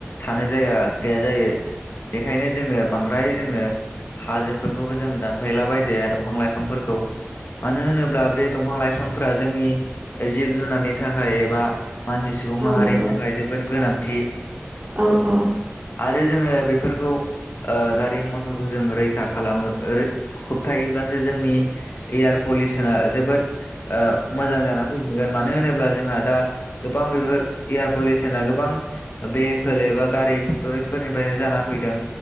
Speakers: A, on the left (about 55°); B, on the right (about 25°).
A: थानो जायगा गैया जायो बेखायनो जोङो बांद्राय जोङो हाजोफोरखौबो जों दानफायलाबायजाया दंफां लाइफांफोरखौ मानो होनोब्ला बे दंफां -लाइफांफोरा जोंनि जिब जुनारनि थाखाय एबा मानसि सुबुं
B: औ
A: माहारिनि
B: नंगौ
A: थाखाय जोबोद गोनांथि
B: औ औ
A: आरो जोङो बेफोरखौ गारि मथरखौ जों रैखा खालामो होबथायबसो जोंनि एयार पलिउसना जोबोद मोजां जानानै फैफिनगोन मानो होनोब्ला जोंहा दा गोबां बेफोर एयार पलिउसना गोबां भेहिकेल एबा गारि फेक्ट'रि फोरनिफ्रायनो जाना फैदों।